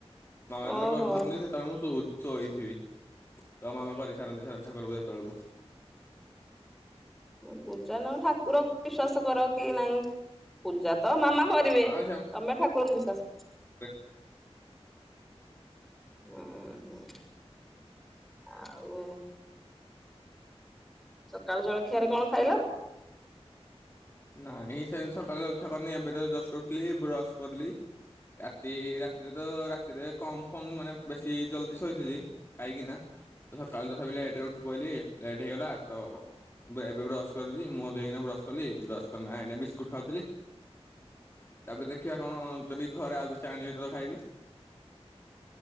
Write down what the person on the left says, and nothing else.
ମାମା ଯେତେବେଳେ
କରୁଚନ୍ତି ସେତ ବଳେ ମୁଁ ଶ ଶୋଇଥିବି ତ ମାମା କରିସାରନ୍ତି ଠା ଠାକୁର ପୂଜା ହେତବେଳକୁ।
ହଁ
ହ
ନାହିଁ ସେମତି ସକାଳେ ଜଳିଖିଆ କରିନି ଏବେ ତ ଜଷ୍ଟ ଉଠିଲି ବ୍ରସ୍ କରିଲି। ରାତି ରାତିରେ ତ ରାତିରେ କମ ଫୋନ ମାନେ ବେଶୀ ଜଲଦି ଶୋଇଥିଲି। କାହିଁକି ନା ତ ସକାଳୁ ତଥାପି ଲେଟ ରେ ଉଠି ପହିଲି ଲେଟ୍ ହେଇଗଲା ତ ଏବେ ବ୍ରଶ କରିଛି ମୁହଁ ଧୁଇକିନା ବ୍ରଶ କଲି ବ୍ରସ୍ କରିନା ଏଇନା ବିସ୍କୁଟ୍ ଖାଉଥିଲି ତାପରେ ଦେଖିବା କଣ ଯଦି ଘରେ ଆଉ କିଛି ଆଣିବେ ତ ଖାଇବି